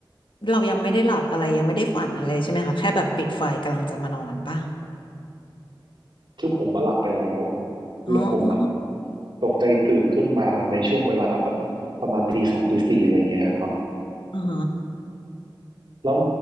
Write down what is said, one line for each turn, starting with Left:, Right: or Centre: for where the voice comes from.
Left: เรายังไม่ได้หลับอะไรยังไม่ได้ฝันอะไรใช่ไหมคะแค่แบบปิดไฟกำลังจะมานอนปะ
Right: คือผมมาหลับไปแล้ว
Left: อ๋อ
Right: แล้วผมอะตกใจตื่นขึ้นมาในช่วงเวลาแบบประมาณตีสามตีสี่อะไรเงี้ยครับ
Left: อ๋อ
Right: แล้ว